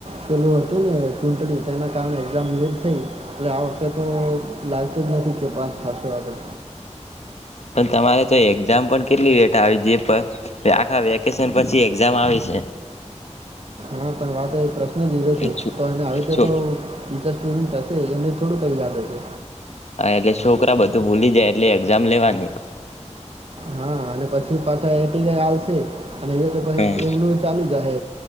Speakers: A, on the right; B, on the left.
A: પેલું હતું ને ચુટણી તેના કારણે એઝામ લેટ થઈ એટલે આ વખતે તો લાગતું જ નથી કે પાસ થશો આપડે
B: પણ તમારે તો એક્ઝામ પણ કેટલી વેટ આવી જે આખા વેકેશન પછી એક્ઝામ આવે છે.
A: અમુક તમે વાત પ્રશન ઝીરો છે
B: એ છો
A: તો એને આવી રીતે
B: છો
A: તો બીચસ સ્ટુડન્ટ હશે એમને થોડું કંઈ યાદ હશે
B: હા એટલે છોકરા બધું ભૂલી જાય એટલે એક્ઝામ લેવાની
A: હા અને પછી છી પાછા એટી ચાલશે અને એવી રીતે પછી
B: હા
A: એમનું ચાલી જાહે